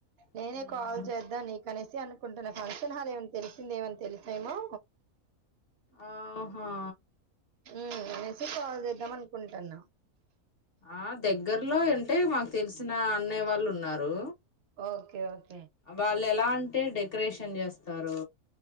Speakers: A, on the left; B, on the right.
A: ఉన్నాయి
B: నేనే కాల్ చేద్దా నీక్ అనేసి అనుకుంటున్న ఫంక్షన్ హాల్ ఏమైనా తెలిసిందని ఏమని తెలుసేమో
A: ఆహా
B: హ్మ్ తినేసి కాల్ చేద్దామనుకుంటున్న
A: ఆ దగ్గరలో అంటే మాకు తెలిసిన అన్నయ్య వాళ్ళు ఉన్నారు
B: ఆ ఓకే ఓకే
A: వాళ్లు ఎలా అంటే డెకరేషన్ చేస్తారు